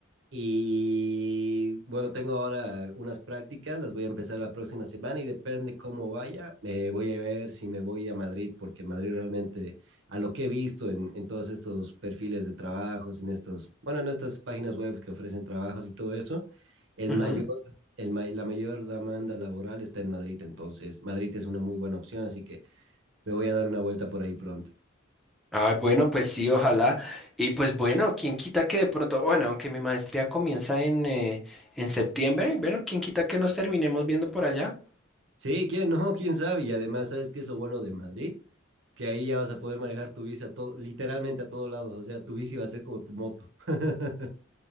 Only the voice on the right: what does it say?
Y bueno, tengo ahora unas prácticas, las voy a empezar la próxima semana y depende cómo vaya, eh, voy a ver si me voy a Madrid, porque Madrid realmente, a lo que he visto en, en todos estos perfiles de trabajos, en estos, bueno, en estas páginas web que ofrecen trabajos y todo eso, el
mayor, el, ma- la mayor demanda laboral está en Madrid, entonces Madrid es una muy buena opción, así que me voy a dar una vuelta por ahí pronto.
Sí, ¿quién no? ¿Quién sabe? Y además, ¿sabes qué es lo bueno de Madrid? que ahí ya vas a poder manejar tu bici a todo, literalmente a todos lados, o sea, tu bici va a ser como tu moto. <laughs>